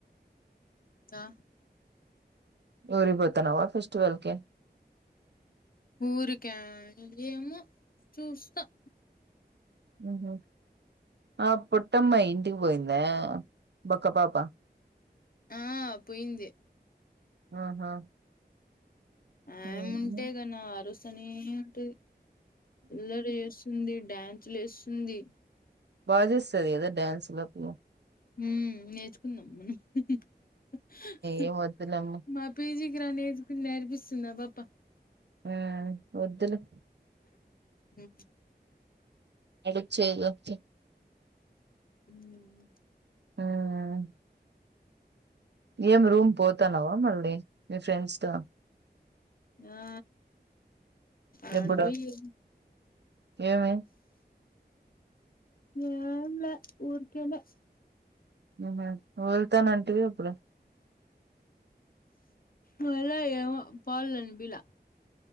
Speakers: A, on the left; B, on the right.
A: న్హా.
B: ఊరిబోతనావా ఫెస్టివల్కి.?
A: ఊరికా. ! ఏమో చూస్తా. !
B: ఉహూ. ఆ పొట్టమ్మా ఇంటికి బోయిందా.? బక్క పాపా. !
A: ఆ పోయింది.
B: ఆహా.
A: ఆయమూంటే
B: ఉమ్.
A: గనా అరుసనే ఉంటది. అల్లరి ఏస్తుంది, డ్యాన్సులెసుంది.
B: బా జేస్తాది గదా డాన్సులాపిల్ల. !
A: ఊ. నేర్చుకుందాం మనం హూహూ.
B: ఏం వద్దులేమ్మా
A: మా పిజీకి రా నేర్చుకుని నేర్పిస్తుందాపాప.
B: ఆ వద్దులే.
A: ఊ.
B: <unintelligible>
A: ఊమ్మ్.
B: ఉమ్ ఏం రూమ్ పోతాన్నావా మళ్ళీ మీ ఫ్రెండ్స్ తో.?
A: ఆ ఆడబోయి
B: ఏబ్బుడూ.? ఏమీ.?
A: ఏంలే. ఊర్కేనే.
B: ఊహు వెళ్తానంటివి అప్పుడు.? !
A: మళ్ళా ఏమొ పోవాలన్పిలా.